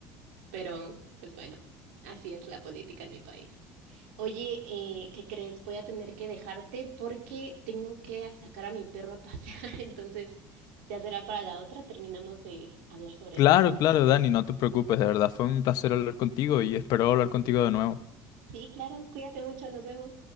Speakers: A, on the right; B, on the left.
A: Pero, pues bueno, así es la política en mi país. Oye, eh, ¿qué crees? Voy a tener que dejarte porque tengo que sacar a mi perro a pasear. <laughs> Entonces, ya será para la otra. Terminamos de hablar sobre
B: Claro,
A: esto.
B: claro, Dani, no te preocupes, de verdad fue un placer hablar contigo y espero hablar contigo de nuevo.
A: Sí, claro, cuídate mucho, nos vemos.